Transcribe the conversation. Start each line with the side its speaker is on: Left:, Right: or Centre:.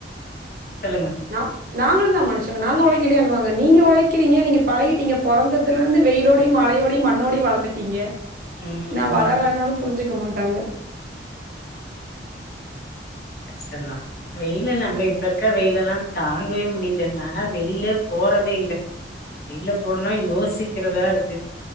Left: சொல்லுங்க
Right: நா நாங்களுந்தா மனுஷங்க நாங்க ஒழைக்கலையான்னுவாங்க நீங்க ஒழைக்கிறீங்க நீங்க பழகிட்டீங்க பொறந்ததுல இருந்து வெயிலோடையு மழையோடையு மண்ணோடையு வளந்துட்டீங்க
Left: ம்
Right: நா வளர்லனாலு புரிஞ்சுக்க மாட்டாங்க
Left: கஷ்டந்தா வெயில நம்ம இப்ப இருக்கா வெயில் எல்லா தாங்கவே முடியல நானா வெயில்ல போறதே இல்ல வெயில்ல போனா யோசிக்கிறதா இருக்கு